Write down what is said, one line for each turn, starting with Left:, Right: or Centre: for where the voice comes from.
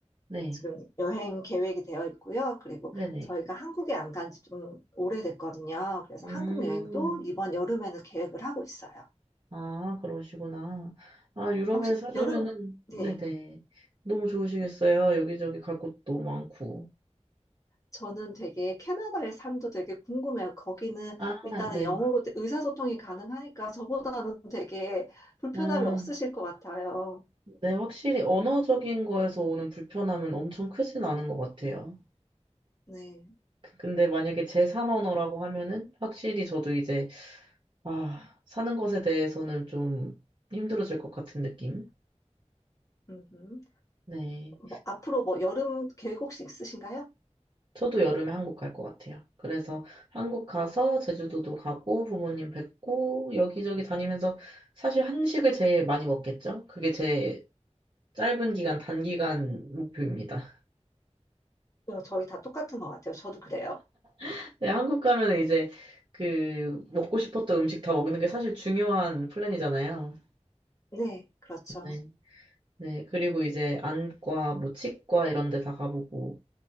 Right: 네,
Left: 지금 여행 계획이 되어 있고요. 그리고
Right: 네네.
Left: 저희가 한국에 안 간지 좀 오래됐거든요. 그래서
Right: 음.
Left: 한국 여행도 이번 여름에는 계획을 하고 있어요.
Right: 아, 그러시구나. 아, 유럽에
Left: 혹시
Right: 사시면은,
Left: 여름, 네.
Right: 네네. 너무 좋으시겠어요. 여기저기 갈 곳도 많고.
Left: 저는 되게 캐나다의 삶도 되게 궁금해요. 거기는
Right: 아,
Left: 일단은
Right: 네.
Left: 영어로 대- 의사소통이 가능하니까 저보다는 되게 불편함이
Right: 음,
Left: 없으실 것 같아요.
Right: 네, 확실히 언어적인 거에서 오는 불편함은 엄청 크진 않은 것 같아요.
Left: 네.
Right: 근데 만약에 제3 언어라고 하면은 확실히 저도 이제, 아, 사는 것에 대해서는 좀 힘들어질 것 같은 느낌?
Left: 음흠.
Right: 네.
Left: 뭐 앞으로 뭐 여름 계획 혹시 있으신가요?
Right: 저도 여름에 한국 갈 것 같아요. 그래서 한국 가서 제주도도 가고 부모님 뵙고 여기저기 다니면서 사실 한식을 제일 많이 먹겠죠? 그게 제 짧은 기간, 단기간 목표입니다.
Left: 어, 저희 다 똑같은 것 같아요. 저도 그래요.
Right: <laughs> 네, 한국 가면 이제 그 먹고 싶었던 음식 다 먹는 게 사실 중요한 플랜이잖아요.
Left: 네, 그렇죠.
Right: 네. 네. 그리고 이제 안과, 뭐 치과 이런 데 다 가보고